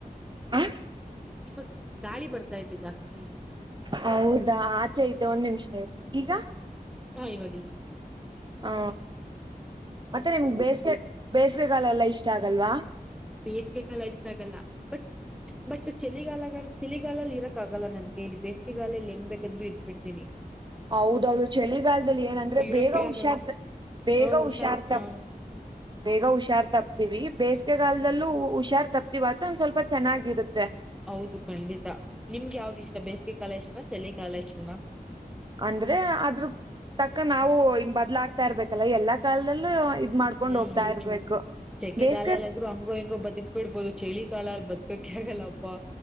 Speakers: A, on the right; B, in the centre.
A: ಹ <inaudible>
B: ನಿಮಗ್ ಗಾಳಿ ಬರ್ತಾ ಇದೆ ಜಾಸ್ತಿ.
A: ಹೌದಾ ಆಚೆ ಇದ್ದೆ ಒಂದ್ ನಿಮಿಷ ಆಯು ಈಗ.
B: ಹಾ ಇವಾಗಿಲ್ಲ
A: ಹ ಮತ್ತೆ ನಿಮ್ಗೆ ಬೇಸಿಗೆ ಬೇಸಿಗೆಗಾಲ ಎಲ್ಲ ಇಷ್ಟ ಆಗಲ್ವಾ.
B: ಬೇಸಿಗೆಲ್ಲ ಇಷ್ಟ ಆಗಲ್ಲ ಬಟ್. ಬಟ್ ಚಳಿಗಾಲ ಚಳಿಗಾಲಲ್ಲಿ ಇರಕ್ ಆಗಲ್ಲ ನನ್ಗೆ ಇಲ್ಲಿ ಬೇಸಿಗೆಗಾಲಲ್ಲಿ ಹೆಂಗ್ ಬೇಕಂದರು ಇದ್ಬ ಬಿಡ್ತೀನಿ. <unintelligible>
A: ಹೌದೌದು ಚಳಿಗಾಲದಲ್ಲಿ ಏನಂದ್ರೆ
B: ಇರಕ್ಕೆ
A: ಬೇಗ ಹುಷಾರ್ತ.
B: ಆಗಲ್ಲ
A: ಬೇಗ
B: ಹ ಹುಷಾರ್
A: ಹುಷಾರ್ತಪ್ಪ.
B: ಹ
A: ಬೇಗ ಹುಷಾರ್ ತಪ್ತೀವಿ ಬೇಸಿಗೆಗಾಲಲ್ದಲ್ಲೂ
B: ಹ್ಮ್
A: ಹುಷಾರ್ ತಪ್ತಿವಿ ಅ ಒಂದ್ ಸ್ವಲ್ಪ ಚೆನ್ನಾಗಿರುತ್ತೆ.
B: ಹೌದು ಖಂಡಿತಾ ನಿಮ್ಗೆ ಯಾವ್ದ್ ಇಷ್ಟ ಬೇಸಿಗೆ ಕಾಲ ಇಷ್ಟನ ಚಳ ಕಾಲ ಇಷ್ಟನಾ.
A: ಅಂದ್ರೆ ಅದ್ರ ತಕ್ಕ ನಾವು ಬದ್ಲಾಕ್. ಹತಾ ಇರ್ಬೇಕಲ್ಲ ಎಲ್ಲಾ ಕಾಲದಲ್ಲೂ ಇದ್ ಮಾಡ್ಕೊಂಡ್
B: ಹ್ಮ್
A: ಹೋಗ್ತಾ ಇರ್ಬೇಕು
B: ಸೆಕೆಗಾಲ
A: ಬೇಸ್ಗೆ.
B: ಎಲ್ಲಾದ್ರು ಹಂಗೋ ಹಿಂಗೋ ಬದುಕ್ ಬಿಡ್ಬೋದು ಚಳಿ ಕಾಲ ಅಲ್ ಬದುಕಕ ಆಗಲ್ಲಪ್ಪಾ.